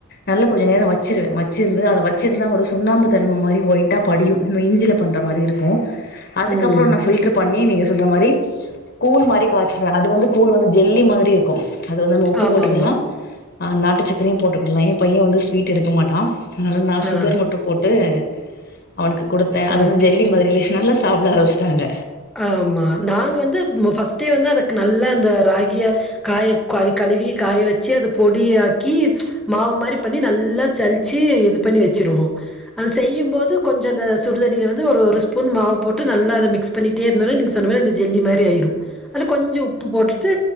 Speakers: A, on the left; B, in the centre.
A: நல்லா கொஞ்ச நேரோ வச் ச்சிருவே வச்சிருந்து அத வச்சிருந்த ஒரு சுண்ணாம்பு தன்ம மாரி ஒய்ட்டா படியு நம்ம இஞ்சில பண்ற மாரி இருக்கு அதுக்கப்பறோ
B: ம்.
A: நா ஃபில் ட்ரு பண்ணி நீங்க சொல்ற மாரி கூழ் மாரி காச்சுவ அது வந்து கூழ் வந்து ஜெல்லி மாதிரி இருக்கு அது வந்து நம்ம உப்பு
B: ஆமாமா.
A: போட்டுகல்லா அ நாட்டுச்சக்கரையு போட்டுகல்லா என் பைய வந்து ஸ்வீட் எடுக்க மாட்டா அதனால நா சுகர்
B: ஆ
A: மட்டு போட்டு அவனுக்கு குடுத்தே அது
B: ஓகே.
A: வந்து ஜெல்லி மாதிரில நல்லா சாப்ட ஆரமிச்டாங்க
B: ஆமா நாங்க வந்து ம் ஃபர்ஸ்ட்டே வந்து அதக் நல்லா அந்த ராகிய காய கு கழுவி காய வச்சு அத பொடியாக்கி மாவு மாரி பண்ணி நல்லா சல்ச்சு இது பண்ணி வெச்சிருவோ அது செய்யும்போது கொஞ்ச அந்த சுடுதண்ணில வந்து ஒரு ஒரு ஸ்பூன் மாவு போட்டு நல்லா அத மிக்ஸ் பண்ணிட்டே இருந்தோனா நீங்க சொன்ன மாரிஅந்த ஜெல்லி மாரி ஆய்ரு அல கொஞ்சஉப்பு போட்டுட்டு